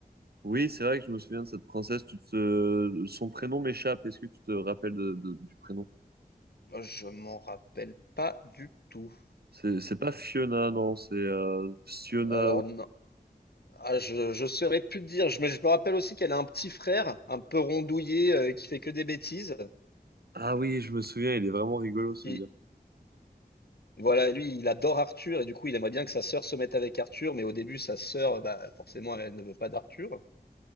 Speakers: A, on the right (about 80°); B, on the left (about 80°).
A: Oui, c'est vrai que je me souviens de cette princesse. Tu te... euh, Son prénom m'échappe. Est-ce que tu te rappelles de, de- du prénom?
B: Euh, Je m'en rappelle pas du tout.
A: C'est c'est pas Fiona, non. C'est euh, Fiona.
B: Alors non. Ah, je, je saurais plus te dire, je, mais je me rappelle aussi qu'elle a un petit frère, un peu rondouillé, euh, qui fait que des bêtises,
A: Ah oui, je me souviens. Il est vraiment rigolo, celui-là.
B: qui voilà, lui, il adore Arthur, et du coup, il aimerait bien que sa sœur se mette avec Arthur, mais au début, sa sœur, bah forcément, elle ne veut pas d'Arthur.